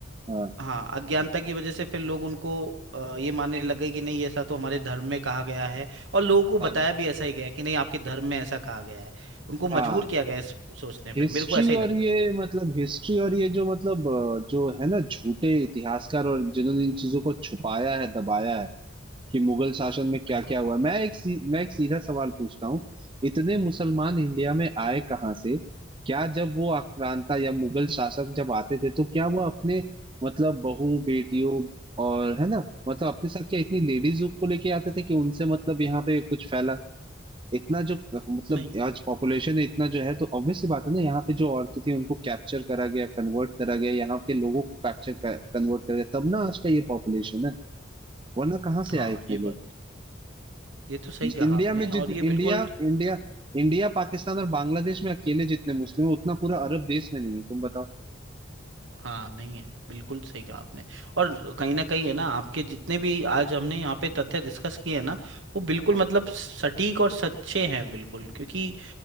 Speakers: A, on the right (about 25°); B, on the right (about 70°).
A: हाँ
B: हाँ अज्ञानता की वजह से फिर लोग उनको अ, ये मानने लग गए कि नहीं ऐसा तो हमारे धर्म में कहा गया है और लोगों को
A: हाँ
B: बताया भी ऐसा ही गया है कि नहीं आपके धर्म में ऐसा कहा गया है उनको
A: हाँ
B: मजबूर किया गया है इस- सोचने पे
A: हिस्ट्री
B: मेरे को ऐसा ही
A: और
B: लगता
A: ये
B: है
A: मतलब हिस्ट्री और ये जो मतलब अ, जो है ना झूठे इतिहासकार और जिन्होंने इन चीजों को छुपाया है दबाया है कि मुगल शासन में क्या
B: बिल्कुल
A: क्या हुआ मैं एक सी, मैं एक सीधा सवाल पूछता हूँ इतने मुसलमान इंडिया में आए कहाँ से क्या जब वो आक्रांता या मुगल शासक जब आते थे तो क्या वो अपने मतलब बहू बेटियों और है ना मतलब अपने साथ क्या इतनी लेडीज को लेके आते थे कि उनसे मतलब यहाँ पे कुछ फैला इतना जो मतलब
B: नहीं
A: आज पॉपुलेशन है इतना जो है तो ऑब्वियस सी बात है ना यहाँ पे जो औरतें थी उनको कैप्चर करा गया कन्वर्ट करा गया यहाँ के लोगों को कैप्चर कन्वर्ट करा गया तब ना आज का ये पॉपुलेशन है वरना कहाँ
B: हाँ
A: से आए इतने
B: ये
A: लोग
B: बात ये तो सही कहा
A: इंडिया
B: आपने
A: में जितने
B: और ये
A: इंडिया
B: बिल्कुल
A: इंडिया इंडिया पाकिस्तान और बांग्लादेश में अकेले जितने मुस्लिम हैं उतना पूरा अरब देश में नहीं है तुम बताओ
B: हाँ नहीं है बिल्कुल सही कहा आपने और कहीं ना कहीं है ना आपके जितने भी आज हमने यहाँ पे तथ्य डिस्कस किए हैं ना वो बिल्कुल
A: हम्म,
B: मतलब सटीक और सच्चे हैं बिल्कुल क्योंकि